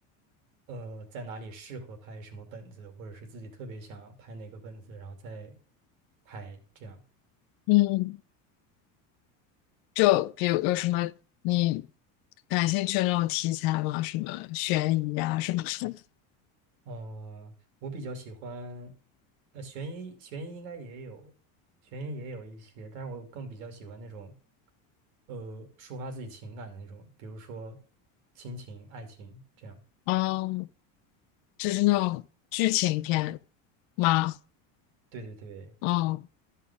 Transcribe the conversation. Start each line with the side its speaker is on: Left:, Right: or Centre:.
Right: 呃在哪里适合拍什么本子，或者是自己特别想拍哪个本子，然后再拍这样。
Left: 嗯，就比如有什么你感兴趣的那种题材吗？什么悬疑啊什么的？
Right: 呃，我比较喜欢，呃，悬疑悬疑应该也有，悬疑也有一些，但是我更比较喜欢那种，呃，抒发自己情感的那种，比如说亲情、爱情这样。
Left: <laughs> 嗯，就是那种剧情片吗？
Right: 对对对，
Left: 嗯，